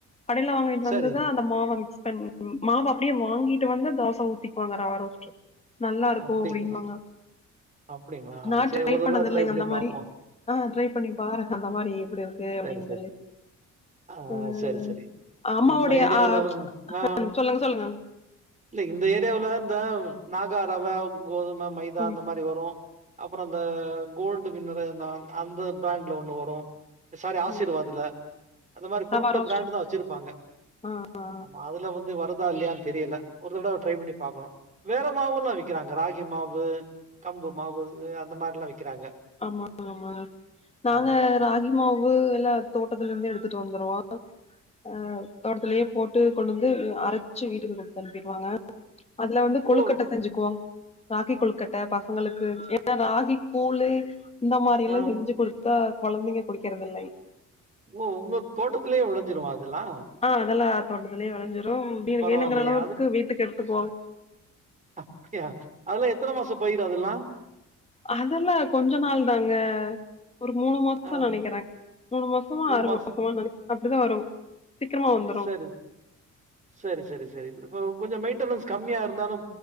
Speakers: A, on the left; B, on the right.
A: கடைல வாங்கிட்டு
B: சரி
A: வந்து தா அந்த மாவ மிக்ஸ் பண்ணி மாவ அப்டியே வாங்கிட்டு வந்து தோச ஊத்திக்குவாங்க ரவா ரோஸ்ட்டு நல்லா இருக்கு
B: அப்டிங்களா
A: அப்டிங்பாங்க
B: அப்டிங்களா
A: நா
B: சரி
A: ட்ரை
B: ஒரு தடவ
A: பண்ணது
B: ட்ரை
A: இல்லைங்க
B: பண்ணி
A: அந்த
B: பாப்போ
A: மாரி ஆ ட்ரை பண்ணி பாருங்க அந்த மாரி எப்டி இருக்கு அப்டினு
B: சரி சரி
A: சொல்லி
B: ஆ
A: ம்,
B: சரி சரி
A: அம்மாவுடைய
B: நம்ம ஏரியாவுல
A: அ
B: ஆ
A: அ சொல்லுங்க சொல்லுங்க
B: இல்ல இந்த ஏரியாவுல இந்த நாகா ரவ, கோதும, மைதா
A: ம்
B: அந்த மாரி வரு அப்றோ அந்த கோல்டு வின்னரு அந்த அந்த பிராண்ட்ல ஒன்னு வரு சாரி ஆசீர்வாதுல
A: ம்
B: அந்த மாரி குறிப்பிட்ட
A: ரவா ரோஸ்ட்
B: பிராண்ட்ல தா வெச்சிருப்பாங்க
A: ஆ ஆ
B: ஆமா அதுல வந்து வருதா இல்லையானு தெரியல ஒரு தடவ ட்ரை பண்ணி பாக்கணுவேற மாவுலா வி விக்கிறாங்க ராகி மாவு கம்பு மாவு அந்த மாரிலா விக்கிறாங்க
A: ஆமா ஆமா நாங்க
B: ஆமா
A: ராகி மாவு எல்லா தோட்டத்துல இருந்தே எடுத்துட்டு வந்துருவோ ஆ தோட்டத்திலயே போட்டு கொண்டு வந்து அரைச்சு வீட்டுக்கு குடுத்து அனுப்பிருவாங்க அதுல வந்து கொழுக்கட்டை
B: ஓ
A: செஞ்சுக்குவோ ராகி கொழுக்கட்ட பசங்களுக்கு ஏன்னா ராகி கூளு இந்த மாரி எல்லா
B: ஆ
A: செஞ்சு குடுத்து இப்ப கொழந்தைங்க குடிக்கிறதில்லங்க
B: ஓ உங்க தோட்டத்திலியே வெளஞ்சிருமா அதெல்லா
A: ஆ அதெல்லா தோட்டத்துலியே வெளஞ்சிரும் மீதி
B: பரவாயில்லையே
A: வேணுங்குற அளவுக்கு வீட்டுக்கு எடுத்துக்குவோங்க
B: அப்படியா அதெல்லா எத்தன மாசோ பயிரு அதெல்லா
A: அதெல்லா கொஞ்சோ நாள் தாங்க ஒரு மூணு மாசோ
B: ஆ
A: தா நெனைக்கிற மூணு மாசமோ
B: மூணு
A: ஆறு
B: மாச
A: மாசமோ நெனைக்க அப்படிதா வரு சீக்கிரமா வந்துரு
B: சரி சரி சரி சரி இப்ப கொஞ்சோ மெயின்டெனன்ஸ் கம்மியா இருந்தாலு